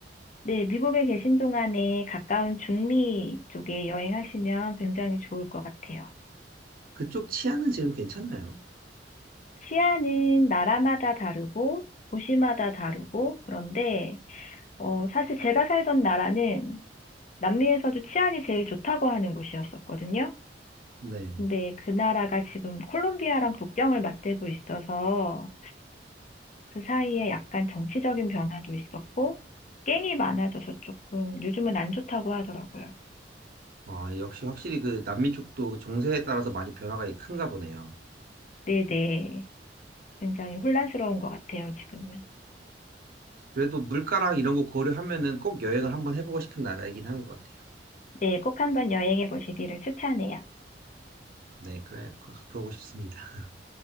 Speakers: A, on the left (about 45°); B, on the right (about 55°).
A: 네, 미국에 계신 동안에 가까운 중미 쪽에 여행하시면 굉장히 좋을 것 같아요.
B: 그쪽 치안은 지금 괜찮나요?
A: 치안은 나라마다 다르고 도시마다 다르고 그런데 어, 사실 제가 살던 나라는 남미에서도 치안이 제일 좋다고 하는 곳이었었거든요.
B: 네.
A: 근데 그 나라가 지금 콜롬비아랑 국경을 맞대고 있어서 그 사이에 약간 정치적인 변화도 있었고, 깽이 많아져서 조금 요즘은 안 좋다고 하더라고요.
B: 아, 역시 확실히 그 남미 쪽도 그 정세에 따라서 많이 변화가 큰가 보네요.
A: 네네. 굉장히 혼란스러운 것 같아요, 지금은.
B: 그래도 물가랑 이런 거 고려하면은 꼭 여행을 한번 해보고 싶은 나라이긴 한 것 같아요.
A: 네, 꼭 한번 여행해 보시기를 추천해요.
B: 네, 그래, 그- 그러고 싶습니다.